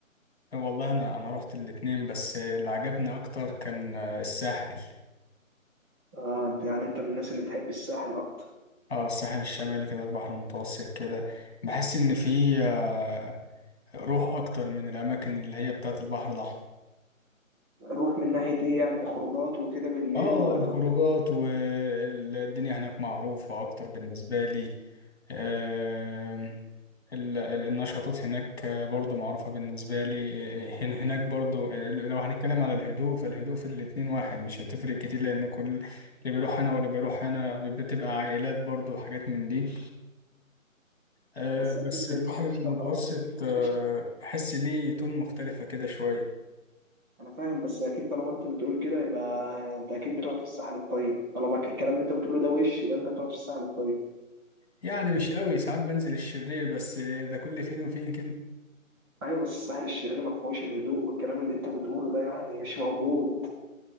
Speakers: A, on the left; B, on the right.
A: أه، والله انا انا رحت الاتنين بس اللي عجبني اكتر كان الساحل
B: اه انت يعني انت من الناس اللي بتحب الساحل اكتر
A: اه الساحل الشمالي كده البحر المتوسط كده بحس ان فيه آه، روح اكتر من الاماكن اللي هي بتاعت البحر الاحمر
B: روح من ناحية ايه يعني خروجات وكده بالليل
A: اه
B: و...
A: الخروجات والدنيا هناك معروفة اكتر بالنسبة لي آم، ال- ال- النشاطات هناك برضو معروفة بالنسبة لي آه، هن- هناك برضو آه، لو هنتكلم على الهدوء فالهدوء في الاتنين واحد مش هتفرق كتير لان كل اللي بيروح هنا واللي بيروح هنا بتبقى عائلات برضو وحاجات من دي آه،
B: بس
A: بس
B: اكيد
A: البحر
B: طالما
A: المتوسط
B: انت طالما انت بتقول
A: آه،
B: كده
A: بحس ليه تون مختلفة كده شوية
B: انا فاهم بس اكيد طالما انت بتقول كده يبقى انت اكيد بتقعد في الساحل الطيب طالما الكلام اللي انت بتقوله ده وش يبقى انت بتقعد في الساحل الطيب
A: يعني مش قوي ساعات بنزل الشرير بس ده كل فين وفين كده
B: ايوه بس الساحل الشرير ما فيهوش الهدوء والكلام اللي انت بتقوله ده يعني مش موجود